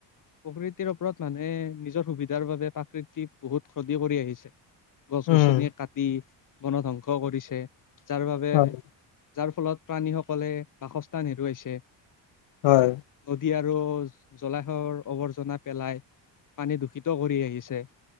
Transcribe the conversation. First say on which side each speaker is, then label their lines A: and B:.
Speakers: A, on the left (about 45°); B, on the left (about 80°).
A: প্ৰকৃতিৰ ওপৰত মানুহে নিজৰ সুবিধাৰ বাবে প্ৰাকৃতিক বহুত ক্ষতি কৰি আহিছে। গছ-গছনি
B: উম।
A: কাটি বন ধ্বংস কৰিছে, যাৰ বাবে
B: হয়,
A: যাৰ ফলত প্ৰাণীসকলে বাসস্থান হেৰুৱাইছে।
B: হয়।
A: টি আৰু জলাশয়ৰ আৱৰ্জনা পেলাই পানী দূষিত কৰি আহিছে।